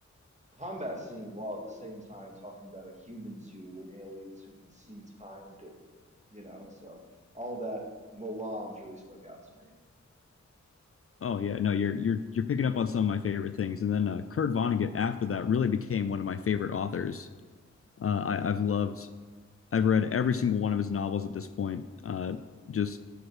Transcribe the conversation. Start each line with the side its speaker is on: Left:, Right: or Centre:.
Right: combat scene while at the same time talking about a human zoo and aliens who can see time differently, you know? So all that melange really stuck out to me.
Left: Oh yeah, no, you're you're you're picking up on some of my favorite things, and then uh, Kurt Vonnegut after that really became one of my favorite authors. Uh,
Right: Yeah.
Left: I, I've loved, I've read every single one of his novels at this point. Uh, just